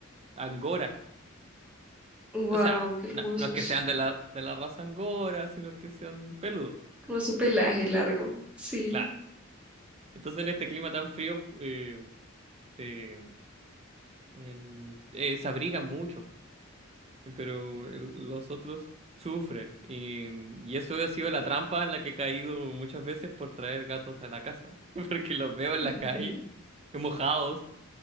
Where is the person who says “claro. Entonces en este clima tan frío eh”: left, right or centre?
Right